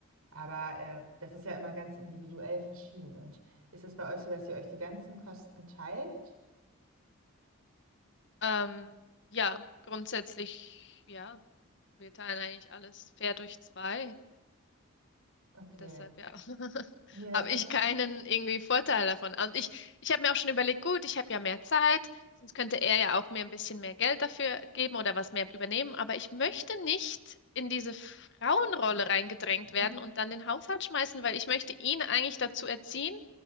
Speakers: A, on the right; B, on the left.
A: Aber äh, das ist ja immer ganz individuell verschieden. Und ist das bei euch so, dass ihr euch die ganzen Kosten teilt?
B: Ähm, ja, grundsätzlich, ja, wir teilen eigentlich alles fair durch zwei.
A: Okay.
B: Und Deshalb, ja, <laughs>
A: Nee, das
B: habe
A: verstehe
B: ich keinen irgendwie Vorteil davon. Und ich, ich habe mir auch schon überlegt, gut, ich habe ja mehr Zeit, sonst könnte er ja auch mir ein bisschen mehr Geld dafür geben oder was mehr übernehmen. Aber ich möchte nicht in diese Frauenrolle reingedrängt
A: mhm.
B: werden und dann den Haushalt schmeißen, weil ich möchte ihn eigentlich dazu erziehen,